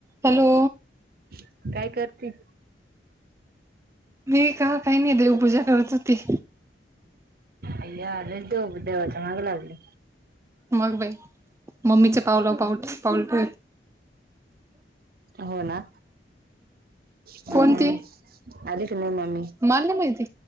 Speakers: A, on the right; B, on the right.
A: Hello
B: काय करती.
A: मी का काही नाही देवपूजा करत होती.
B: अय्या <unintelligible> देवाच माग लागली.
A: मग बाई मम्मीचा पावला पाऊ पाऊलट
B: हो ना हम्म
A: कोण ती.
B: आली की नाही मम्मी?
A: माला नाई माहितीे